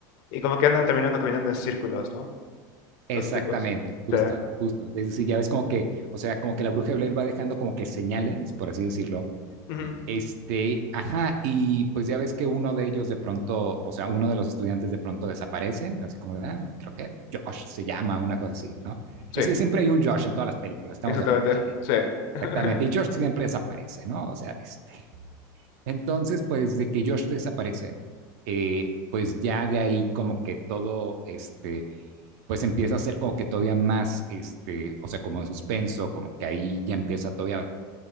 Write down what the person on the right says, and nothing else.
Exactamente,
justo,
justo. Es decir, ya ves como que, o sea, como que la bruja de Blair va dejando como que señales, por así decirlo.
Este, ajá, y pues ya ves que uno de ellos de pronto, o sea, uno de los estudiantes de pronto desaparece, así como de, ah, creo que Josh se llama, una cosa así, ¿no?
Es que siempre hay un Josh en todas las películas, estamos
de acuerdo. Eh,
Exactamente. Y Josh siempre desaparece, ¿no? O sea, este. Entonces, pues de que Josh desaparece, eh, pues ya de ahí como que todo, este, pues empieza a ser como que todavía más, este, o sea, como en suspenso, como que ahí ya empieza todavía